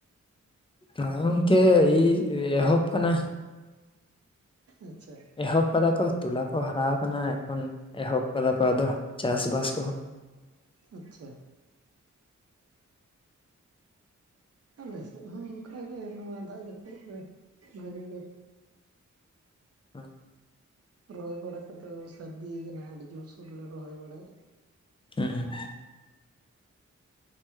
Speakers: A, on the left; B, on the right.
A: ᱜᱚᱝᱠᱮ ᱤ ᱮᱦᱚᱵ ᱟᱠᱟᱱᱟ
B: ᱟᱪᱪᱷᱟ
A: ᱮᱦᱚᱵ ᱟᱠᱟᱫᱟ ᱠᱚ ᱛᱚᱞᱟ ᱠᱚ ᱦᱟᱨᱟ ᱟᱠᱟᱱᱟ ᱮᱠᱷᱚᱱ ᱮᱦᱚᱵ ᱟᱠᱟᱫᱟ ᱠᱚ ᱟᱫᱚ ᱪᱟᱥ ᱵᱟᱥ ᱠᱚᱦᱚᱸ
B: ᱟᱪᱪᱷᱟ ᱟᱞᱮ ᱥᱮᱫ ᱦᱚᱸ ᱚᱱᱠᱟᱜᱮ ᱱᱚᱣᱟ ᱫᱟᱜ ᱡᱟᱹᱯᱩᱫ ᱨᱮ ᱵᱷᱟᱜᱤ ᱜᱮ
A: ᱦᱮᱸ <unintelligible>
B: ᱨᱚᱦᱚᱭ ᱵᱟᱲᱟ ᱠᱚᱫᱚ ᱥᱟᱹᱨᱫᱤ ᱠᱟᱱᱟ ᱟᱹᱰᱤ ᱡᱳᱨᱥᱳᱨ ᱞᱮ ᱨᱚᱦᱚᱭ ᱵᱟᱲᱟᱭᱮᱫᱟ
A: <unintelligible>